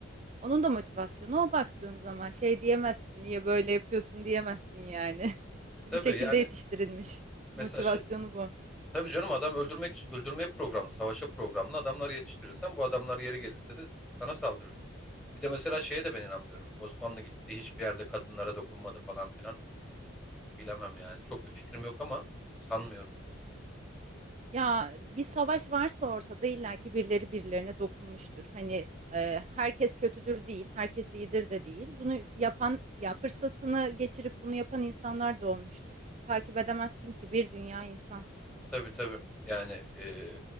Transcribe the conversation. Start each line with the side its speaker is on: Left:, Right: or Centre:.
Right: Onun da motivasyonu o baktığın zaman şey diyemezsin, niye böyle yapıyorsun diyemezsin yani. <laughs>
Centre: E, tabii
Right: Bu şekilde
Centre: yani
Right: yetiştirilmiş.
Centre: mesela
Right: Motivasyonu
Centre: şey,
Right: bu.
Centre: tabii canım adam öldürmek öldürmeye programlı, savaşa programlı adamlar yetiştirirsen bu adamlar yeri gelirse de sana saldırır. Bir de mesela şeye de ben inanmıyorum. Osmanlı gittiği hiçbir yerde kadınlara dokunmadı falan filan. Bilemem yani. Çok bir fikrim yok ama sanmıyorum.
Right: Ya bir savaş varsa ortada illaki birileri birilerine dokunmuştur. Hani e, herkes kötüdür değil, herkes iyidir de değil. Bunu yapan ya fırsatını geçirip bunu yapan insanlar da olmuştur. Takip edemezsin ki bir dünya insan.
Centre: Tabii tabii. Yani e,